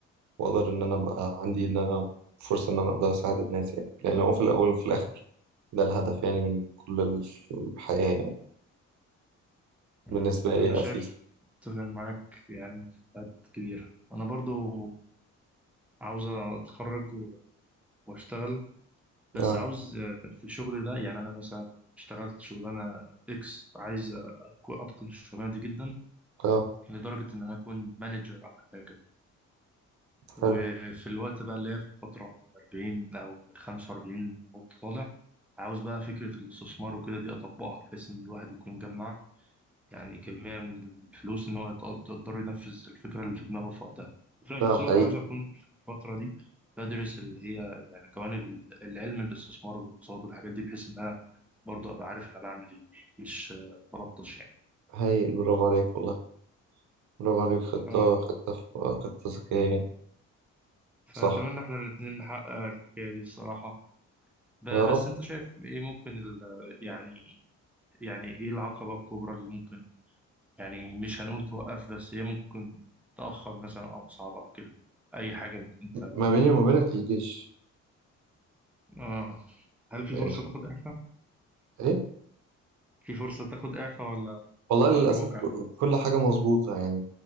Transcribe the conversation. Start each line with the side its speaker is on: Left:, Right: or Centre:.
Right: وأقدر إن أنا أبقى عندي إن أنا فرصة إن أنا أقدر أساعد الناس يعني لأن هو في الأول وفي الآخر ده الهدف يعني من كل الحياة يعني
Centre: آه،
Right: بالنسبة لي
Centre: انا شايف
Right: أتليست
Centre: اتفق معاك يعني في حاجات كبيرة انا برضو عاوز اتخرج و- واشتغل بس
Right: آه
Centre: عاوز آه، في شغلي ده يعني انا مثلا اشتغلت شغلانة اكس عايز أكو- اتقن الشغلانة دي جدا
Right: آه
Centre: لدرجة ان انا اكون مانجر او حاجة وفي
Right: حلو
Centre: الوقت بقى اللي هي في الفترة من 40 أو من 45 وطالع عاوز بقى فكرة الاستثمار وكده دي أطبقها بحيث إن الواحد يكون جمع يعني كمية من الفلوس إن هو يت- يقدر ينفذ الفكرة اللي في دماغه في وقتها وفي
Right: ده
Centre: نفس
Right: حقيقي
Centre: الوقت عاوز أكون في الفترة دي بدرس اللي هي يعني جوانب ال- العلم الاستثمار والاقتصاد والحاجات دي بحيث إن أنا برضه أبقى عارف أنا بعمل إيه مش آه، بلطش يعني
Right: هايل برافو عليك والله برافو عليك خطة
Centre: ف...
Right: خطة خطة ذكية يعني.
Centre: فأتمنى
Right: صح
Centre: إحنا الاتنين نحقق الحكاية دي الصراحة ب-
Right: يا رب
Centre: بس انت شايف ايه ممكن ال... يعني يعني ايه العقبة الكبرى اللي ممكن يعني مش هنقول توقف بس هي ممكن تأخر مثلا او صعبة او كده اي حاجة انت
Right: ما بيني
Centre: ممكن
Right: وما
Centre: تخطط
Right: بينك الجيش
Centre: لها آه. هل في
Right: إيه
Centre: فرصة تاخد إعفاء؟
Right: إيه؟
Centre: في فرصة تاخد إعفاء ولا
Right: والله للأسف
Centre: أمر واقع خلاص؟
Right: كل حاجة مظبوطة يعني